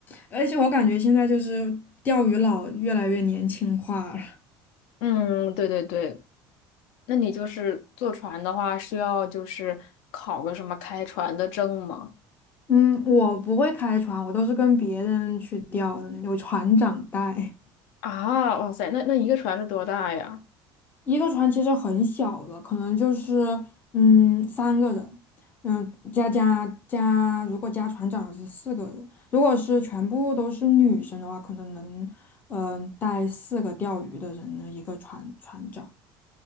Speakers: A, on the left; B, on the left.
A: 而且我感觉现在就是钓鱼佬越来越年轻化了。
B: 嗯，对对对，那你就是坐船的话，需要就是考个什么开船的证吗？
A: 嗯，我不会开船，我都是跟别人去钓的那种，船长带。
B: 啊，哇塞，那那一个船是多大呀？
A: 一个船其实很小的，可能就是嗯三个人，嗯加加加，如果加船长是四个人，如果是全部都是女生的话，可能能嗯、呃带四个钓鱼的人的一个船船长。